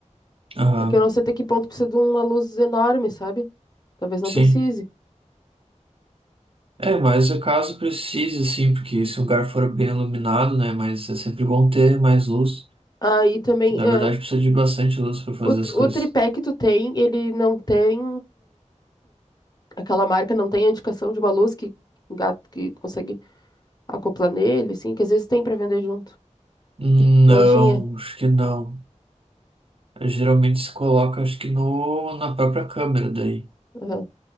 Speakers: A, on the right (about 45°); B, on the left (about 30°).
A: Aham.
B: É que eu não sei até que ponto precisa de uma luz enorme, sabe? Talvez não
A: Sim.
B: precise.
A: É, mas o caso precise, sim, porque se o lugar for bem iluminado, né? Mas é sempre bom ter mais luz,
B: Aí também,
A: que na
B: ah,
A: verdade precisa de bastante luz para fazer
B: o,
A: as coisas.
B: o tripé que tu tem, ele não tem. Aquela marca não tem a indicação de uma luz que um gato que consegue acoplar nele, assim, que às vezes tem pra vender junto.
A: Hum,
B: Não
A: Não,
B: tinha?
A: acho que não. Eh, Geralmente se coloca, acho que no, na própria câmera daí,
B: Aham.